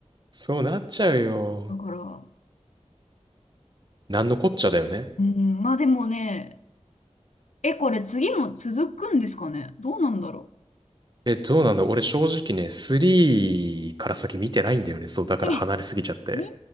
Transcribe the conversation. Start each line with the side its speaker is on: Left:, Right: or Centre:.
Right: そうなっちゃうよ。
Left: う。だから、
Right: なんのこっちゃだよね。
Left: うん、まあでもね、え、これ次も続くんですかねどうなんだろ
Right: え、どうなんだ俺正直ね、3から先見てないんだよね。そう、だから離れすぎちゃって。
Left: うえ、見て